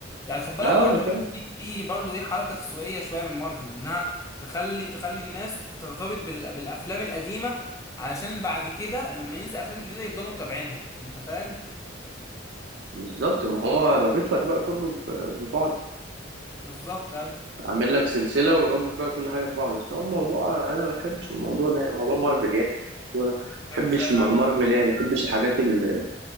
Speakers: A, on the left; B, on the right.
A: يعني خد بالك
B: اه
A: برضو
B: انا فاهم
A: دي دي برضو ايه حركه تسويقيه شويه من مارفل انها تخلي تخلي الناس ترتبط بال- بالافلام القديمه علشان بعد كده لما ينزل افلام جديده يفضلوا متابعينها انت فاهم
B: بالظبط ما هو رابط لك بقى كله ب- ببعضه
A: بالظبط ايوه
B: عامل لك سلسله ورابط بقى كل حاجه في بعض بس هو الموضوع انا ما بحبش الموضوع ده موضوع مارفل يعني مش الموضوع ده ما
A: ما بحبش
B: بحبش
A: ايوه
B: م-
A: يعني
B: مارفل يعني ما بحبش الحاجات اللي